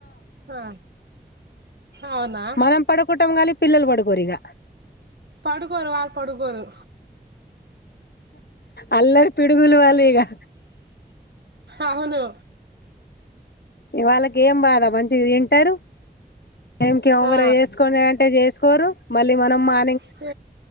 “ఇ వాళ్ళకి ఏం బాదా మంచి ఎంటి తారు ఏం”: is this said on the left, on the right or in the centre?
Left